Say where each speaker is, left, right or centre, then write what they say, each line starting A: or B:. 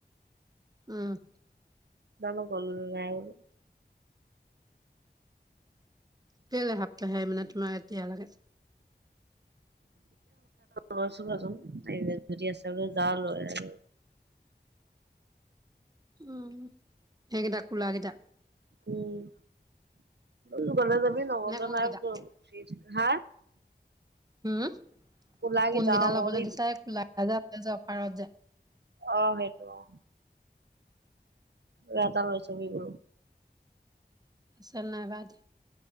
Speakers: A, on the right (about 20°); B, on the right (about 80°).
A: উম'
B: জানো গ'লো নাই বোলো।
A: কেলে হাফ পে হেই মানে তোমাক এতিয়া লাগে?
B: লৈছোঙে চোন যদি আছে বোলো যা লৈ আগে।
A: উম' সেইগেইটা কোলা গেইটা।
B: উম' তো গলে যাবি নগলে
A: নে কোনকেইটা
B: নাই বোলো হাঁ'।
A: উম'
B: কোলাগি
A: কোনগেইটা
B: যাওঁ
A: লবলে
B: মই
A: দিছা
B: বোলো
A: এ প্লা যে আহে যে অফাৰত যে-
B: অ' সেইটো অঁ, মোলে এটা লৈ থবি বোলো।
A: চেন্নাইপা দিয়া।